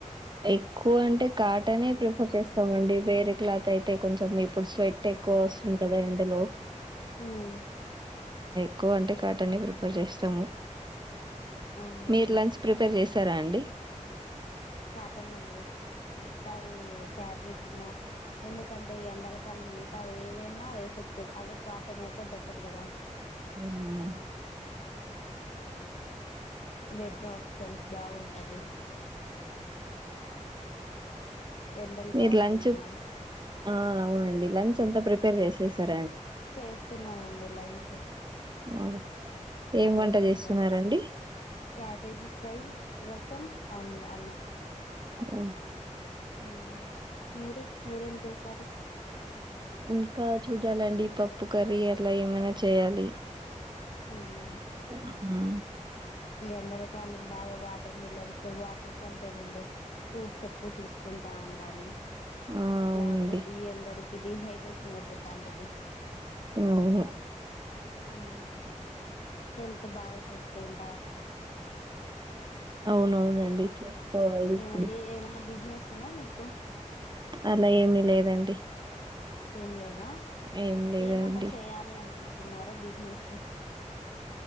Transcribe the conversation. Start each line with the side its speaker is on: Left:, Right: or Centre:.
Right: ఎక్కువ అంటె కాటనే ప్రిఫర్ చేస్తామండి వేరే క్లాత్ అయితే కొంచెం ఇప్పుడు స్వెట్ ఎక్కువ వస్తుంది కదా ఇందులో
Left: హ్మ్
Right: ఎక్కువ అంటే కాటనే ప్రిపేర్ చేస్తాము
Left: అవునులేండి
Right: మీరు లంచ్ ప్రిపేర్ చేశారా అండి
Left: కాటన్ ఏంది మిగతావి ఫ్యాబ్రిక్ నో ఎందుకంటే ఎండల కాలం మిగతావి ఏవైనా వేసేస్తాయి అదే కాటన్ అయితే బెటర్ కదా
Right: ఉ
Left: మెట్రో ఆప్షన్స్ బాగుంటవి ఎండలు
Right: మీరు
Left: భారీగాలు
Right: లంచ్
Left: ఉన్నాయి
Right: ఆ అవునండి లంచ్ అంత ప్రిపేర్ చేసేసార్
Left: చేస్తున్నానండి లంచ్
Right: ఓ,
Left: ప్రిపరేషన్గా
Right: ఏం వంట చేస్తున్నారండి
Left: క్యాబేజీ ఫ్రై రసం అండ్ అన్నం
Right: ఓ
Left: ఉమ్ మీరు మీరేం చేశారు
Right: ఇంకా చూడాలండి పప్పు కర్రీ అట్లా ఏమైనా చేయాలి
Left: ఉమ్ ఉ
Right: ఉమ్.
Left: ఈ ఎండల కాలం బాగా వాటర్ మిలన్స్ వాటర్ కంటెంట్ ఉండే ఫూట్స్ ఎక్కువ తీసుకుంటా ఉండాలి
Right: ఆ అవునండి
Left: లేకపోతి ఈ ఎండ లు డీహైడ్రేషన్ అయిపోతా అంటది
Right: అవును
Left: హ్మ్ హెల్త్ బాగా చూసుకో కొంటా
Right: అవునవునండి చేసుకోవాలి ఇప్పుడు
Left: ఏమంది ఏమైన్నా బిజినెస్ దస్తుంద మీకు
Right: అలా ఏమి లేదండి
Left: ఏం లేద నా
Right: ఏం లేదండి
Left: ఏమన్నా చేయాలి అనుకు కుంటున్నారా బిజినెస్